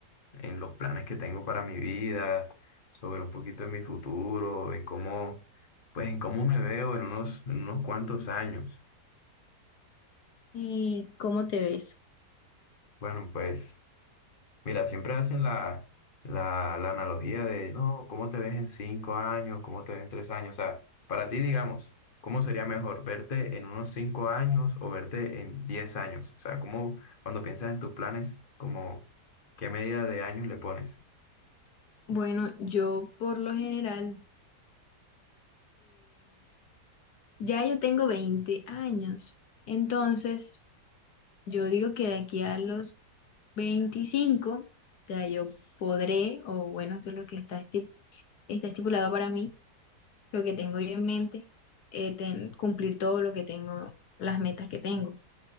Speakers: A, on the left (about 35°); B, on the left (about 70°).
A: en los planes que tengo para mi vida, sobre un poquito de mi futuro, en cómo, pues en cómo me veo en unos, en unos cuantos años.
B: y cómo te ves.
A: Bueno, pues. Mira, siempre hacen la, la, la analogía de, no, ¿cómo te ves en cinco años? ¿Cómo te ves en tres años? O sea, para ti, digamos, ¿cómo sería mejor verte en unos cinco años o verte en diez años? O sea, ¿cómo, cuando piensas en tus planes, como, ¿qué medida de años le pones?
B: Bueno, yo por lo general Ya yo tengo 20 años, entonces yo digo que de aquí a los 25 ya yo podré, o bueno, eso es lo que está, estip- está estipulado para mí, lo que tengo yo en mente, eh, ten- cumplir todo lo que tengo, las metas que tengo.